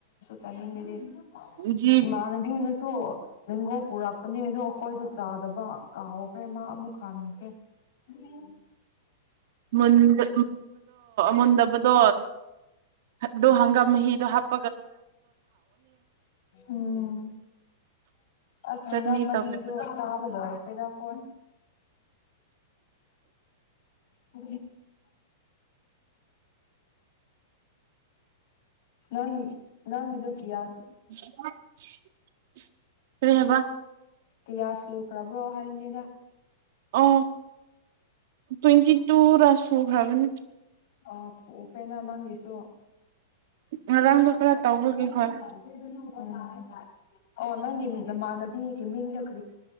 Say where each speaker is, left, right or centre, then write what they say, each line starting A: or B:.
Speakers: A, on the left; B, on the right.
A: ꯆꯥꯅꯤꯡꯉꯗꯤ
B: ꯖꯤ
A: ꯏꯃꯥꯟꯅꯕꯤꯅꯁꯨ ꯂꯦꯡꯒꯣ ꯄꯨꯔꯛꯄꯅꯦ ꯑꯗꯣ ꯑꯩꯈꯣꯏꯗ ꯆꯥꯗꯕ ꯀꯥꯎꯍꯧꯈ꯭ꯔꯦ ꯃꯥ ꯑꯃꯨꯛ ꯍꯟꯈ꯭ꯔꯦ ꯎꯝ
B: ꯃꯨꯟꯕ ꯃꯟꯗꯨ ꯗꯣ ꯍꯪꯒꯥꯝ ꯃꯍꯤꯗ ꯍꯥꯄ
A: ꯎꯝ ꯑꯁ
B: ꯆꯠꯅꯤ
A: ꯍꯪꯒꯥꯝ ꯃꯍꯤꯘꯗ
B: ꯇꯧꯕꯗ
A: ꯆꯥꯕ ꯂꯣꯏꯈꯔꯦꯗ ꯑꯩꯈꯣꯏ ꯄꯨ ꯅꯪ ꯅꯪꯒꯤꯗꯣ ꯀꯌꯥ
B: <unintelligible> <inaudible> ꯀꯔꯤ ꯍꯥꯏꯕ
A: ꯀꯌꯥ ꯁꯨꯈꯔꯕ꯭ꯔꯣ ꯍꯥꯏꯕꯅꯤꯗ
B: ꯑ ꯇ꯭ꯣꯏꯟꯇꯤ ꯇꯨꯔꯥ ꯁꯨ ꯈꯔꯕꯅꯤ
A: ꯑ ꯊꯨꯈ꯭ꯔꯦꯅ ꯅꯪꯒꯤꯗꯨ
B: ꯉꯔꯥꯡꯗꯣ
A: ꯌꯥ <unintelligible>
B: ꯈꯔ ꯇꯧꯕꯒꯤ ꯍꯣꯏ
A: ꯑꯣ ꯅꯪꯒꯤ ꯅꯃꯥꯟꯅꯕꯤꯒꯤ ꯃꯤꯡꯗꯨ